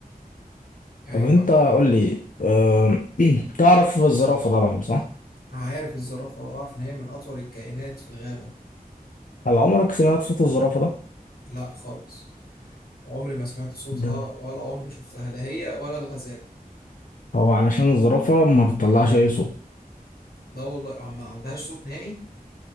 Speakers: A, on the left (about 80°); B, on the left (about 60°).
A: يعني
B: طب أنت
A: ما
B: قول لي أه... <clears throat> تعرف الزرافة طبعا صح؟
A: عارف الزرافة واعرف ان هي من اطول الكائنات في الغابة
B: هل عمرك سمعت صوت الزرافة ده؟
A: لا خالص عمري ما سمعت صوتها
B: ده
A: ولا عمري شفتها لا هي ولا الغزالة
B: هو علشان الزرافة ما بتطلعش أي صوت
A: لا والله عم- ما عندهاش صوت نهائي